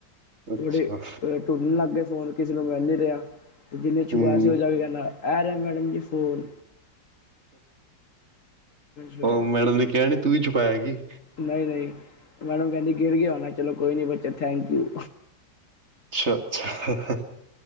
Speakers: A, on the right; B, on the left.
A: ਅੱਛਾ
B: ੋੜੇ ਅ ਟੁਰਨਣ ਲੱਗਗੇ ਫ਼ੋਨ ਕਿਸੇ ਨੂੰ ਮਿਲ ਨਹੀਂ ਰਿਹਾ ਅਤੇ ਜਿੰਨੇ ਛੁਕਆ
A: ਹੂੰ
B: ਸੀ ਹੋ ਜਾ ਕੇ ਕਹਿੰਦਾ ਇਹ ਰਿਹਾ ਮੈਡਮ ਜੀ ਫੋਨ ਫੇਰ
A: ਉਹ ਮੈਡਮ ਨੇ ਕਿਹਾ ਨ ਤੂੰ ਹੀ ਛੁਪਾਇਆਗੀ
B: ਨਹੀਂ ਨਹੀਂ ਮੈਡਮ ਕਹਿੰਦੀ ਗਿਰ ਗਿਆ ਹੋਣਾ ਚਲੋ ਕੋਈ ਨੀ ਬੱਚਾ ਥੈਂਕ ਯੂ
A: ਅੱਛਾ ਅੱਛਾ